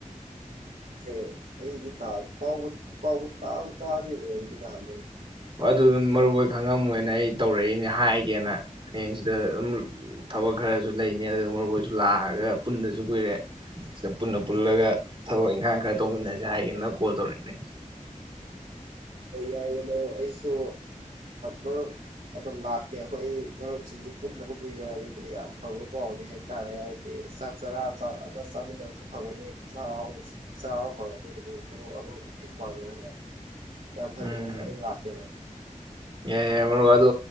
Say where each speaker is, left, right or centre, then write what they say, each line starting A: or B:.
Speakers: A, on the right; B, on the right.
A: ꯄꯥꯎ ꯄꯥꯎ <unintelligible>
B: ꯑꯗꯨ ꯑꯗꯨꯝ ꯃꯔꯨꯞ ꯍꯣꯢ ꯈꯪꯉꯝꯃꯣꯏꯅ ꯑꯩ ꯇꯧꯔꯛꯏꯅꯦ ꯍꯥꯏꯒꯦꯅ ꯍꯌꯦꯡ ꯁꯤꯗ ꯑꯗꯨꯝ ꯊꯕꯛ ꯈꯔꯁꯨ ꯂꯩꯅꯤ ꯑꯗꯨ ꯃꯔꯨꯝꯍꯣꯏꯁꯨ ꯂꯥꯛꯑꯒ ꯄꯨꯟꯗꯥꯁꯨ ꯀꯨꯏꯔꯦ ꯁꯤꯗ ꯄꯨꯟꯅ ꯄꯨꯜꯂꯒ ꯊꯕꯛ ꯏꯪꯈꯥꯡ ꯈꯔ ꯇꯧꯃꯤꯟꯅꯁꯦ ꯍꯥꯏꯒꯦꯅ ꯀꯣꯜ ꯇꯧꯔꯛꯏꯅꯦ
A: ꯌꯥꯏꯌꯦ ꯃꯔꯨꯞ ꯑꯩꯁꯨ ꯃꯔꯨꯞ ꯑꯗꯨꯝ ꯂꯥꯛꯀꯦ ꯑꯩꯈꯣꯏ ꯃꯔꯨꯞꯁꯤꯡꯁꯨ ꯄꯨꯟꯗꯕ ꯀꯨꯏꯅ ꯍꯥꯏꯕꯗꯤ ꯌꯥꯝ ꯐꯕ ꯄꯥꯎꯅꯤ ꯍꯥꯏꯇꯥꯔꯦ ꯍꯥꯏꯗꯤ ꯆꯥꯛ ꯆꯔꯥꯥꯛ ꯑꯃ ꯆꯥꯃꯤꯟꯅꯕꯁꯨ ꯐꯒꯅꯤ ꯆꯥꯛ ꯍꯥꯎꯁꯨ ꯆꯥꯕ ꯐꯒꯅꯤ ꯑꯗꯨꯒ ꯑꯃ ꯃꯇꯦꯡ ꯄꯥꯡꯅꯔꯦ ꯌꯥꯝ ꯐꯥꯔꯦ
B: ꯎꯝ
A: ꯃꯔꯨꯞ ꯑꯩ ꯂꯥꯛꯀꯦ
B: ꯌꯥꯏ ꯌꯥꯏ ꯃꯔꯨꯝ ꯑꯗꯣ